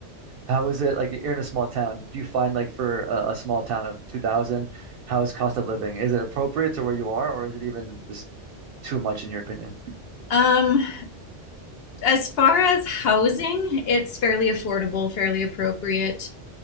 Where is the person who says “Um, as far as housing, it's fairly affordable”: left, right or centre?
Left